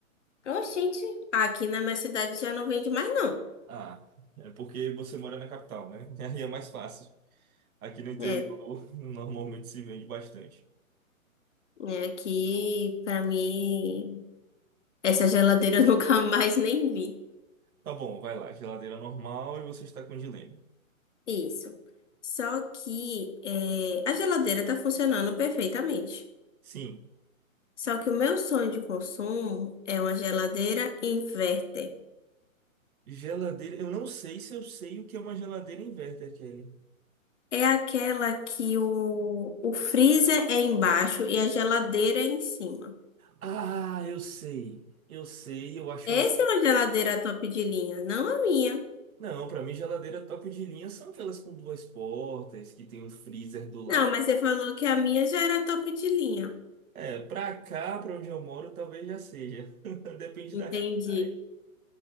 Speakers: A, on the left (about 55°); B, on the right (about 85°).
A: Oxente, aqui na minha cidade já não vende mais, não.
B: Ah, é porque você mora na capital, né? <laughs> Aí é mais fácil. Aqui no interior
A: É,
B: <laughs> normalmente se vende bastante.
A: é aqui, pra mim, essa geladeira <laughs> eu nunca mais nem vi.
B: Tá bom, vai lá. Geladeira normal e você está com dilema.
A: Isso. Só que é, a geladeira tá funcionando perfeitamente.
B: Sim.
A: Só que o meu sonho de consumo é uma geladeira inverter.
B: Geladeira. Eu não sei se eu sei o que é uma geladeira inverter, Kelly.
A: É aquela que o, o freezer é embaixo e a geladeira é em cima.
B: Ah, eu sei. Eu sei, eu acho
A: Essa
B: ela.
A: é uma geladeira top de linha, não a minha.
B: Não, pra mim geladeira top de linha são aquelas com duas portas, que tem um freezer do lado.
A: Não, mas você falou que a minha já era top de linha.
B: É, pra cá, pra onde eu moro, talvez já seja. <laughs> Depende
A: Entendi,
B: da realidade.